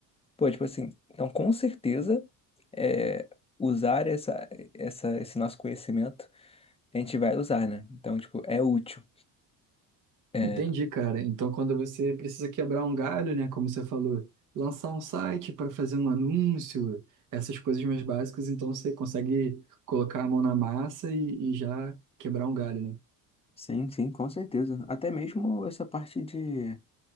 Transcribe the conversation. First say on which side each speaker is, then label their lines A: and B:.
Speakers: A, on the left; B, on the right.
A: Pô, tipo assim, então com certeza é, usar essa, essa, esse nosso conhecimento a gente vai usar, né? Então, tipo, é útil. É,
B: Entendi, cara. Então, quando você precisa quebrar um galho, né, como você falou, lançar um site para fazer um anúncio, essas coisas mais básicas, então você consegue colocar a mão na massa e, e já quebrar um galho, né?
A: Sim, sim, com certeza. Até mesmo essa parte de